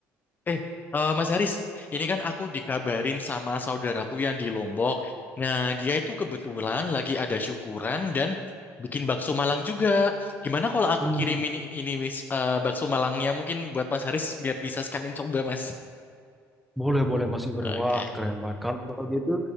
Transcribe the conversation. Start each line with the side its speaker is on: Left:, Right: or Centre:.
Left: Eh, eh, Mas Haris, ini kan aku dikabarin sama saudaraku yang di Lombok. Nah, dia itu kebetulan lagi ada syukuran dan bikin bakso Malang juga. Gimana kalau aku
Centre: Hmm.
Left: kirimin ini, ini Miss, eh, bakso Malangnya mungkin buat Mas Haris biar bisa sekalian coba, Mas.
Centre: Boleh, boleh Mas Givari.
Left: Oke.
Centre: Wah, keren banget. Kalau gitu,